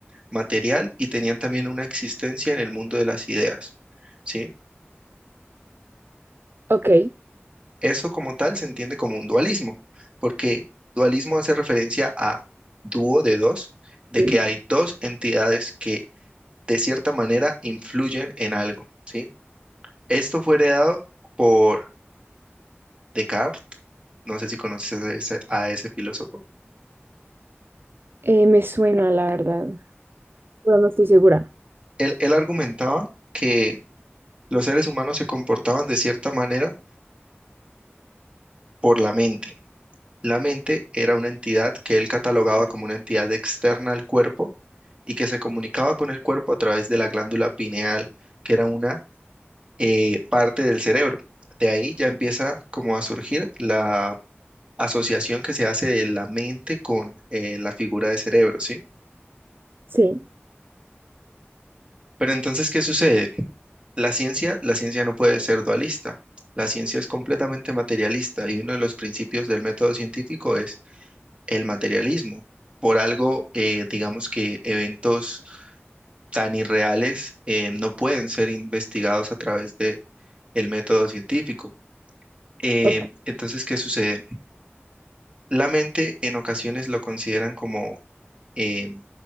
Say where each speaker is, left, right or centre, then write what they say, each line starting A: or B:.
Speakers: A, on the right; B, on the right.
A: material y tenían también una existencia en el mundo de las ideas, ¿sí?
B: ok,
A: Eso como tal se entiende como un dualismo, porque dualismo hace referencia a dúo de dos, de
B: sí.
A: que hay dos entidades que de cierta manera influyen en algo, ¿sí? Esto fue heredado por Descartes, no sé si conoces a ese, a ese filósofo.
B: Eh, me suena, la verdad, pero no estoy segura.
A: Él, él argumentaba que los seres humanos se comportaban de cierta manera por la mente. La mente era una entidad que él catalogaba como una entidad externa al cuerpo y que se comunicaba con el cuerpo a través de la glándula pineal, que era una eh, parte del cerebro. De ahí ya empieza como a surgir la asociación que se hace de la mente con eh, la figura de cerebro, ¿sí?
B: Sí,
A: Pero entonces, ¿qué sucede? La ciencia, la ciencia no puede ser dualista. La ciencia es completamente materialista y uno de los principios del método científico es el materialismo. Por algo, eh, digamos que eventos tan irreales eh, no pueden ser investigados a través de el método científico. Eh,
B: ok,
A: entonces, ¿qué sucede? La mente en ocasiones lo consideran como eh,